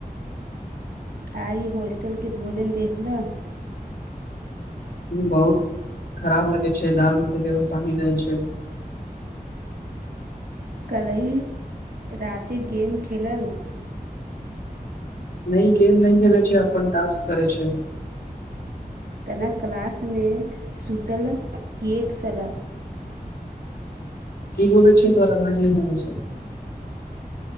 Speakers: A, on the right (about 80°); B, on the left (about 80°).
A: आइ होस्टलके भोजन देख लऽ
B: बहुत खराब लगै छै दाल मे त केवल पानि रहै छै
A: कल्हि राति गेम खेलल
B: नहि गेम नहि खेलैत छै अपन टास्क करै छै
A: तनक क्लस में सुतल किएक सलाह
B: की बोलै छै तोर आवाज नहि आबै छै